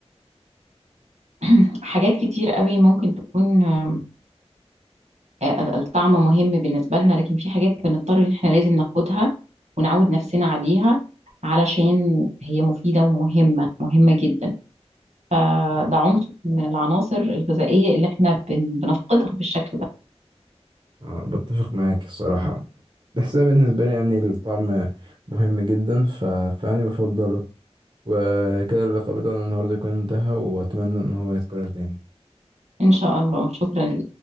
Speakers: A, on the right; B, on the right.
A: <clears throat> حاجات كتير قوي ممكن تكون آه، آه، الطعم مهم بالنسبة لنا لكن في حاجات بنضطر ان احنا لازم ناخدها ونعود نفسنا عليها علشان هي مفيدة ومهمة مهمة جدا فده
B: آه
A: عنصر من العناصر الغذائية اللي احنا بن- بنفقدها بالشكل ده
B: آه بتفق معاك الصراحة بس أنا بالنسبة لي يعني الطعم مهم جدا ف... فأنا بفضله وكده اللقاء بتاعنا النهاردة يكون انتهى وأتمنى إن هو يتكرر تاني
A: إن شاء الله شكرا